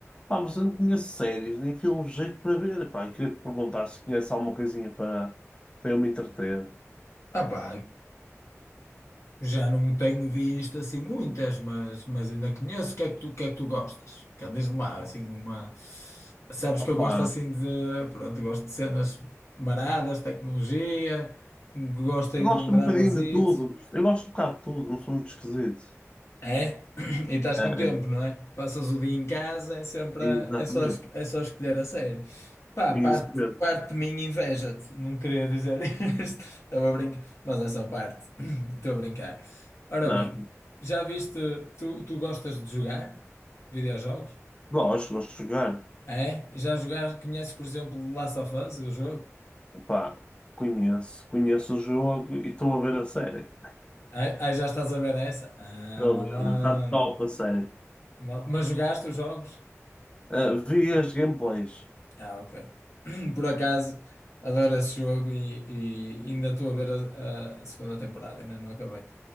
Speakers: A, on the left; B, on the left.
A: Pá, mas eu não conheço séries, nem filmes de jeito para ver. Pá, e queria te perguntar se conhece alguma coisinha para, para eu me entreter.
B: Ah, pá, Já não tenho visto assim muitas, mas, mas ainda conheço. O que é que tu, o que é que tu gostas? Que é, Diz-me lá, assim, uma. Sabes
A: Opá,
B: que eu gosto assim de. Pronto, gosto de cenas maradas, tecnologia, gosto
A: eu
B: aí
A: gosto
B: de um dramazito.
A: um bocadinho de tudo. Eu gosto um bocado de tudo, não sou muito esquisito.
B: É? <clears throat> E estás
A: É,
B: com tempo, não é? Passas o dia em casa, é sempre
A: exatamente.
B: a- é só, es- é só escolher a série. Pá,
A: Isso
B: parte,
A: mesmo.
B: parte de mim inveja-te. Não queria dizer <laughs> isto. Estava a brincar, mas é só parte. <clears throat> Estou a brincar. Ora
A: Não,
B: bem, já viste, tu, tu gostas de jogar videojogos?
A: gosto, gosto de jogar.
B: É? Já jogaste, conheces, por exemplo, Last of Us, o jogo?
A: Pá, conheço, conheço o jogo e estou a ver a série.
B: É? Aí já estás a ver essa? Ah,
A: Estou
B: malandro.
A: a ver, está top a série.
B: Mal- Mas jogaste os jogos?
A: Ah, vi as gameplays,
B: Ah, ok. <clears throat> Por acaso, adoro esse jogo e, e ainda estou a ver a, a segunda temporada, ainda não acabei.